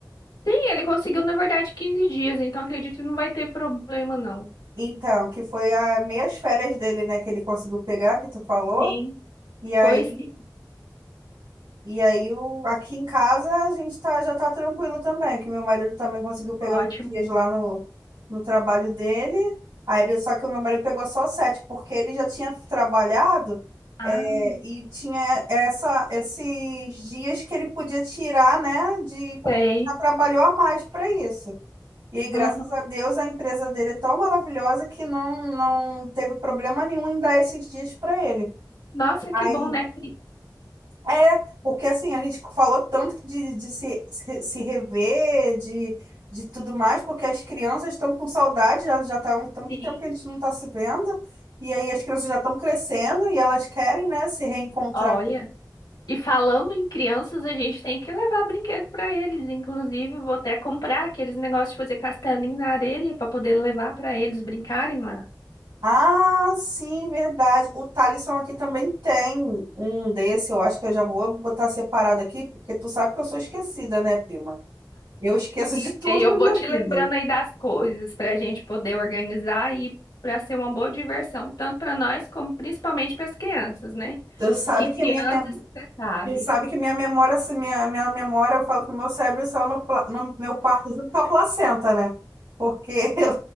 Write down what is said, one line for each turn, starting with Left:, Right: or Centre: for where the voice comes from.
Left: Tem, ele conseguiu, na verdade, 15 dias, então acredito que não vai ter problema, não.
Right: Então, que foi as meias férias dele, né, que ele conseguiu pegar, que tu falou.
Left: Sim,
Right: E aí
Left: foi sim.
Right: E aí, o, aqui em casa, a gente tá, já tá tranquilo também, que meu marido também conseguiu pegar
Left: Ótimo.
Right: os dias lá no, no trabalho dele. Aí ele, só que o meu marido pegou só sete, porque ele já tinha trabalhado,
Left: Ah,
Right: é, e tinha essa, esses dias que ele podia tirar, né, de, porque
Left: sei.
Right: já trabalhou a mais para isso. E aí, graças
Left: Aham.
Right: a Deus, a empresa dele é tão maravilhosa que não, não teve problema nenhum em dar esses dias para ele.
Left: Nossa,
Right: Aí,
Left: que bom, né? Sim.
Right: é, porque assim, a gente falou tanto de, de se, se, se rever, de, de tudo mais, porque as crianças estão com saudade, já, já tá um tanto
Left: Sim.
Right: tempo que a gente não está se vendo, e aí as crianças já estão crescendo e elas querem, né, se reencontrar.
Left: Olha. E falando em crianças, a gente tem que levar brinquedo para eles. Inclusive, vou até comprar aqueles negócios de fazer castelinho na areia para poder levar para eles brincarem lá.
Right: Ah, sim, verdade. O Thalisson aqui também tem um desse, eu acho que eu já vou botar separado aqui, porque tu sabe que eu sou esquecida, né, prima? Eu esqueço
Left: Isso.
Right: de tudo
Left: E aí eu
Right: na
Left: vou
Right: minha
Left: te
Right: vida.
Left: lembrando aí das coisas para a gente poder organizar e para ser uma boa diversão, tanto para nós como principalmente para as crianças, né?
Right: Tu sabe
Left: Que crianças,
Right: que a minha memória
Left: você sabe.
Right: E sabe que minha memória, assim, minha, minha memória, eu falo que o meu cérebro saiu no, pla- no meu parto junto com a placenta, né? Porque <laughs> eu,